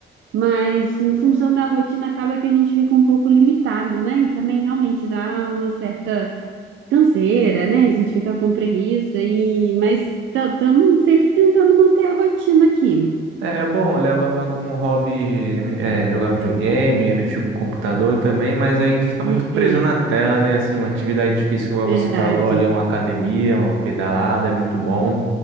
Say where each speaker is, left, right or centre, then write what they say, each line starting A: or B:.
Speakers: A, on the right; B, on the right.
A: Mas em função da rotina acaba que a gente fica um pouco limitado, né? E também realmente dá uma certa canseira, né? A gente fica com preguiça e mas estamos sempre tentando manter a rotina aqui.
B: É é bom, eu levava como hobby é, jogar videogame, mexer com o computador também, mas a gente fica muito
A: É,
B: preso na tela, né? Assim, uma atividade difícil igual
A: verdade.
B: você falou, ali uma academia, uma pedalada, é muito bom.